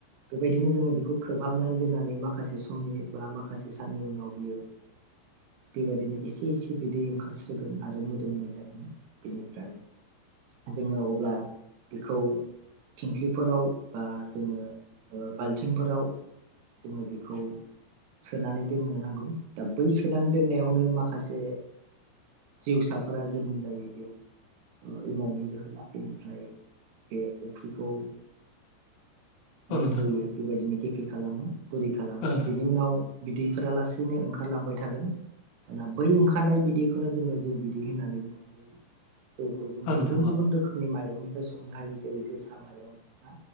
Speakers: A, on the right (about 80°); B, on the left (about 85°).
A: बेबायदिनो जोङो बेखौ खोबहाबनानै दोननानै माखासे समनि बा माखासे साननि उनाव बियो बेबायदिनो एसे एसे एसे बिदै ओंखारस्रोगोन आरो मोदोमनाय जागोन बेनिफ्राय जोङो अब्ला बेखौ थिंख्लिफोराव बा जोङो बाल्थिंफोराव जोङो बेखौ सोनानै दोननो नांगौ दा बै सोनानै दोननायावनो माखासे जिउसाफोरा जोनोम जायो बेयाव एमावनि जोहै बेनिफ्राय बे अफ्रिखौ
B: औ नोंथां औ
A: मोनहोयो
B: नोंथां
A: बेबायदिनो गेफे खालामो गुरै खालामो
B: औ
A: बेनि उनाव बिदैफोरा लासैनो ओंखारलांबाय थागोन दाना बै ओंखार खारनाय बिदैखौनो जोङो। जौ बिदै होननानै बुंनाय जायो जौखौ जोङो
B: नोंथां
A: गुबुन
B: औ
A: गुबुन रोखोमनि माइरंनि संनो हायो। जेरै जोसा माइरं